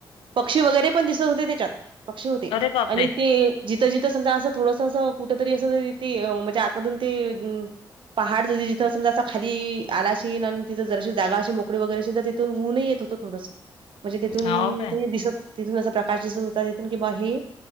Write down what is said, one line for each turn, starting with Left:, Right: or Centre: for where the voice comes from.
Right: पक्षी वगैरे पण दिसत होते त्याच्यात, पक्षी होते
Left: अरे बापरे
Right: आणि ते जिथं जिथं समजा असं थोडस, अस कुठ तरी अस तरी म्हणजे आतमधून ते पहाड ज जिथं समजा असा खाली आलाशीन, आणि तिथं जर अशी जागा अशी मोकळी वगैरे तर, तिथुन ऊनही येत होत. थोडस, म्हणजे तेथून
Left: हो काय
Right: ते दिसत तिथून असं प्रकाश दिसत होता. तिथून की बा हे